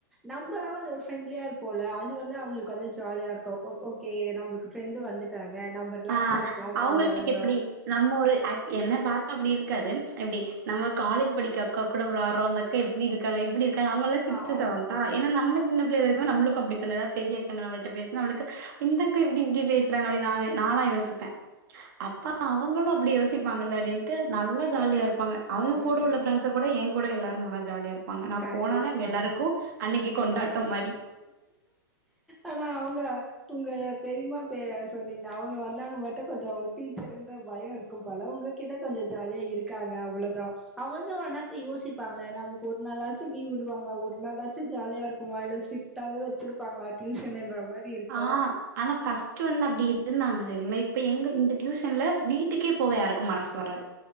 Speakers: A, in the centre; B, on the right.
A: நம்மல்லா வந்து ஒரு ஃப்ரெண்ட்லியா இருப்போல்ல அது வந்து அவங்களுக்கு வந்து ஜாலியா இருக்கும் ஓக் ஓகே நம்ளுக்கு ஃப்ரெண்டு வந்துட்டாங்க நம்ம ரிலாக்ஸா
B: ஆ
A: இருக்கலாம்
B: அவங்களுக்கு
A: கொஞ்சோ நேரோ
B: எப்டி நம்ம ஒரு என்ன பாத்தா அப்டி இருக்காது எப்டி நம்ம காலேஜ் படிக்கற அக்கா கூட வெளாட்றோ கே இப்டி இருக்காங்க இப்டி இருக்காங்க அவங்கல்லாம் சிக்ஸ்த்
A: ஆமா
B: செவன்த்தா ஏன்னா நம்ம சின்ன பிள்ளைல இருக்கும்போ நம்ளுக்கு அப்டி தோணு ஏன்னா பெரியக்கா நம்மள்ட்ட பேசுனா நம்ளுக்கு இந்தக்கா எப்டி இப்டி பேசுறாங்க அப்டி நா நாலா யோசிப்பேன் அப்ப அவங்களும் அப்டி யோசிப்பாங்க அப்டின்ட்டு நல்லா ஜாலியாயிருப்பாங்க அவங்க
A: ம்
B: கூட உள்ள ஃப்ரெண்ட்ஸ கூட என் கூட எல்லாரூ நல்லா ஜாலியாருப்பாங்க நா
A: கண்டிப்
B: போனாலே எல்லாருக்கும் அன்னிக்கி கொண்டாட்டம் மாரி
A: ஆனா அவுங்க உங்க பெரிம்மா பே சொன்னீங்கல்ல அவங்க வந்தாங்கனா மட்டும் கொஞ்சோ டீச்சருன்ற பயோ இருக் இருக்கும்போல உங்ககிட்ட கொஞ்சோ ஜாலியா இருக்காங்க அவ்ளோதா அவுங்களுமே ஒரு நேரத்துல யோசிப்பாங்கல்ல நமக்கு ஒரு நாளாச்சும் லீவ் விடுவாங்களா ஒரு நாளாச்சும் ஜாலியாயிருக்குமா இல்ல ஸ்ட்ர் க்டாவே வச்சிருப்பாங்களா டியூஷனுன்ற மாரி இருக்கு
B: ஆ ஆனா ஃபர்ஸ்ட் வந்து அப்டி இருந்தாங்க சரிங்களா இப்ப எங்க இந்த டியூஷன்ல்ல வீட்டுக்கே போக யாருக்கும் மனசு வராது